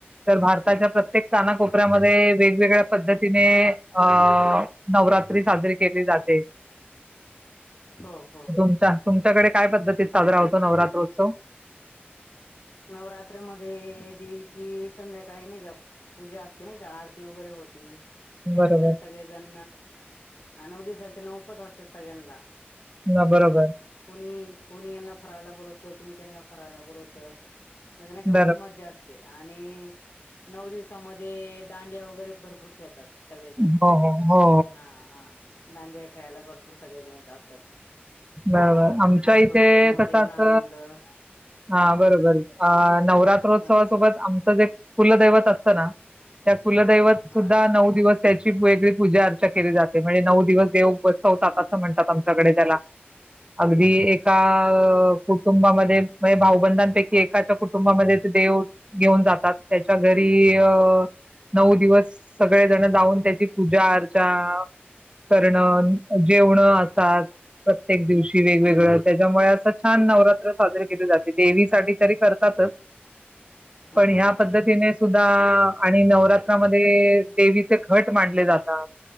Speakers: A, on the right; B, on the left.
A: तर भारताच्या प्रत्येक कानाकोपऱ्यामध्ये वेगवेगळ्या पद्धतीने अ नवरात्री साजरीे केली जाते.
B: हो हो
A: तुमच्या तुमच्याकडे काय पद्धतीत साजरा होतो नवरात्र उत्स तव
B: नवरात्रमध्ये देवीची संध्याकाळी नाही का, पूजा असते नाही का, आरती वगैरे होती. त्यानंतर
A: बरोबर
B: सगळेजण नऊ दिवसा तेना उपास असतात सगळ्यांना
A: न
B: नाही
A: बरोबर
B: का, कोणी कोणी यांना फराळला बोलवत कुणी त्यांना फराळाला बोलवतं म्हणजे नाही का
A: बरोबर
B: खूप मज्जा असते आणि नऊ दिवसामध्ये दांड्या वगैरे भरपूर खेळतात सगळेजण
A: हो हो
B: हा हा दांडिया खेळायला भरपूर सगळे जण येत असतात
A: बरोबर
B: हा
A: आमच्या इथे
B: छोटे मोठे
A: कस असत
B: लहान मुलं
A: हा बरोबर अ नवरात्रोत्सवासोबत
B: हा
A: आमचं जे कुलदैवत असताना त्या कुलदैवत
B: हा
A: सुद्धा नऊ दिवस त्या वेगळी पूजा अर्चा केली जाते म्हणजे नऊ दिवस देव उ बसवतात असं म्हणतात आमच्याकडे त्याला अगदी एका
B: हा हा हा
A: कुटुंबामध्ये भावबंधांपेक्षा की एकाच्या कुटुंबामध्ये ते देव घेऊन जातात त्याच्या घरी नऊ दिवस सगळे जण जाऊन त्याची पूजा अर्चा करण जेवणं असतात प्रत्येक दिवशी वेगवेगळ त्याच्यामुळे असं छान नवरात्र साजरे केली जाते देवीसाठी तरी करतातच
B: हा
A: पण ह्या
B: हा
A: पद्धतीने
B: ह
A: सुद्धा द <unintelligible> आणि नवरात्रामध्ये ते घट मांडले जातात